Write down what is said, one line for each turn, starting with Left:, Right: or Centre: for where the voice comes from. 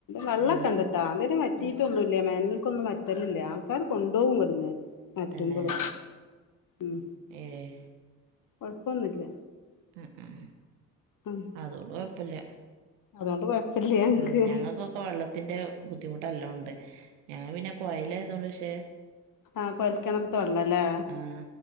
Left: വള്ളംക്കെണ്ട്ട്ടൊ
Right: ആഹ്
Left: ഇതരേം വറ്റിട്ടൊന്നൂല്ല
Right: ആഹ്
Left: വേനൽക്കൊന്നും വറ്റ ഇല്ലല്ല ആൾക്കാര് കൊണ്ടോവും ഇവ്ട്ന്ന് പറ്റുമ്പള്
Right: തന്നെ
Left: ഉം
Right: ഏഹ്
Left: കൊഴപ്പൊന്നുല്ല
Right: ഉം ഉം
Left: ഉം
Right: അതുകൊണ്ട് കൊഴപ്പല്ല
Left: അതോണ്ട് കൊഴപ്പല്ല ഞങ്ങക്ക്
Right: ഉം ഞങ്ങക്കൊക്കെ വള്ളത്തിന്റെ ബുദ്ധിമുട്ട് നല്ലാംണ്ട് ഞങ്ങ പിന്നെ കൊയലായതോണ്ട് പഷേ
Left: ആ കോയൽക്കണറിത്തെ വള്ളല്ലേ
Right: ആ